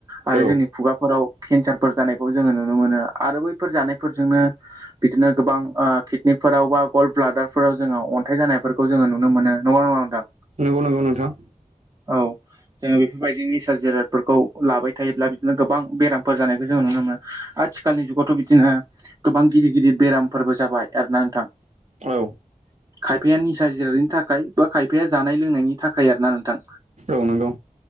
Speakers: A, on the right; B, on the right.
A: आरो
B: औ
A: जोंनि खुगाफोराव केन्सारफोर जानायखौ जोङो नुनो मोनो आरो बैफोर जानायफोरजोंनो बिदिनो गोबां ओ किदनिकफोराव बा गल ब्लादारफोराव जोङो अन्थाइ जानायफोरखौ जोङो नुनो मोनो। नंगोना नङा नोंथां?
B: नंगौ नंगौ नोंथां
A: औ जोङो बेफोरबायदि निसा जिरादफोरखौ लाबाय थायोब्ला बिद नो गोबां बेरामफोर जानायखौ जोंङो नुनो मोनो आथिखालनि जुगावथ' बिदिनो गोबां गिदिर गिदिर बेराम फोरबो जाबाय आरोना नोंथां
B: औ
A: खायफाया निसा जिरादनि थाखाय बा खायफाया जानाय लोंनायनि थाखाय आरो ना नोंथां।
B: औ नंगौ